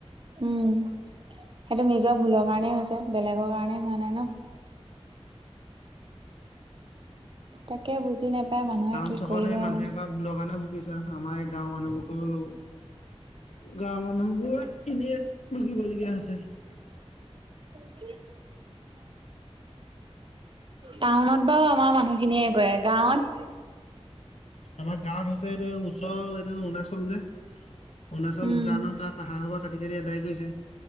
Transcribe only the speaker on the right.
উম! সেইটো নিজৰ ভুলৰ কাৰণেই হৈছে বেলেগৰ কাৰণে হোৱা নাই ন। তাকে বুজি নাপায় মানুহে
কি
কৰিবা
আৰু।
<unintelligible> টাউনত বাৰু আমাৰ মানুহখিনিয়ে কৰে। গাঁৱত?
উম